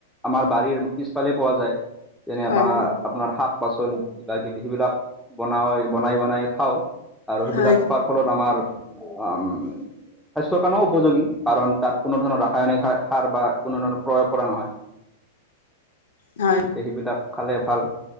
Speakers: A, in the centre; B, on the left.
A: আমাৰ বাৰীৰ পিছফালে পোৱা যায় যেনে
B: হয়
A: আপোনাৰ
B: হয়
A: <unintelligible> আপোনাৰ শাক-পাচলি কিবাকিবি সেইবিলাক বনাই বনাই বনাই খাওঁ। <unintelligible> আৰু সেইবিলাক
B: হয়
A: খোৱাৰ ফলত আমাৰ <unintelligible> স্বাস্থ্যৰ কাৰণেও উপযোগী কাৰণ তাত কোনো ধৰণৰ ৰাসায়নিক সাৰ-সাৰ বা কোনো ধৰণৰ প্ৰয়োগ কৰা নহয়। <unintelligible>
B: <inaudible> হয়।
A: গতিকে সেইবিলাক খালে ভাল।